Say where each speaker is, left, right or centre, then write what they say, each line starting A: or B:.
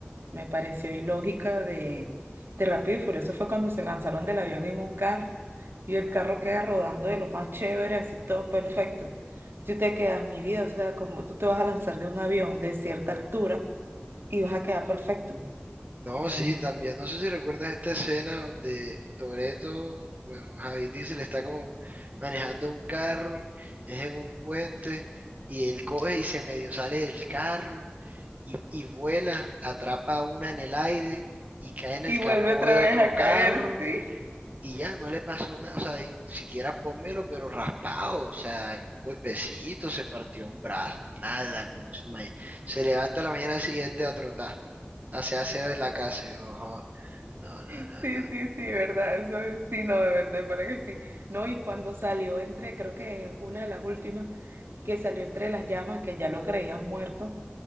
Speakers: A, on the right; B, on the right.
A: me pareció ilógica de, de Rápido y Furioso fue cuando se lanzaron del avión en un carro y el carro queda rodando de lo más chévere, así todo perfecto. Tú te quedas, mi vida, o sea, como tú te vas a lanzar de un avión de cierta altura y vas a quedar perfecto.
B: No,
A: Eh,
B: sí, también, no sé si recuerdas esta escena donde Toretto, bueno, Javi Diesel está como manejando un carro, es en un puente, y él coge y se medio sale del carro y, y vuela, atrapa a una en el aire y
A: <laughs>
B: cae en el
A: Y
B: capó
A: vuelve otra
B: de
A: vez
B: otro
A: a caer,
B: carro
A: sí.
B: y ya, no le pasó nada, o sea, y siquiera pónmelo, pero raspado, o sea, un golpecito, se partió un brazo, nada, como si ma- se levanta a la mañana siguiente a trotar, hace aseo en la casa, y yo, "Ajá, no,
A: Sí,
B: no, no, no.
A: sí, sí, verdad, eso es- sí, no, de verdad, para que sí. No, y cuando salió entre, creo que una de las últimas, que salió entre las llamas, que ya lo creían muerto,